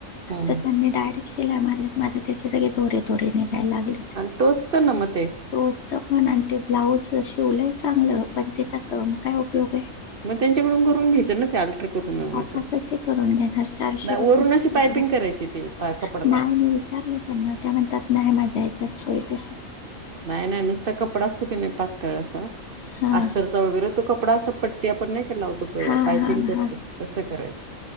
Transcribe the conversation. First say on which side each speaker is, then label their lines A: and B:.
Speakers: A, on the right; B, on the left.
A: हम्म
B: तर त्यांनी डायरेक्ट सिलाय मारलेत माझ्या त्याचे सगळे दोरे, दोरे निघाय लागलेत.
A: आणि टोचत ना म ते?
B: तोचत पण आणि ते ब्लाऊज शिवलंय चांगलं, पण ते तसं मग काय उपयोग ये?
A: मग त्यांच्याकडून करून घ्यायच ना ते अल्टर करून मिळवण्याचा
B: आता
A: अर्थ.
B: कसे करून घेणार? चारशे
A: नाही
B: रुपये
A: वरून
B: म्
A: अशी पायपिंग
B: <unintelligible>
A: करायची ते पा
B: हटलं
A: कपडा लावून
B: नाय मी विचारल त्यांना त्या म्हणत्यात न्हाय माझा हेच्यात सोय तशी
A: नाही नाही नुसता कपडा असतो की नाही पातळ असा
B: हां
A: अस्तरचा वगैरे तो कपडा अस पट ट्टी आपण नाही लावतो पळ
B: हां
A: पायपिंग
B: हां
A: करतो
B: हां
A: तसं करायचं.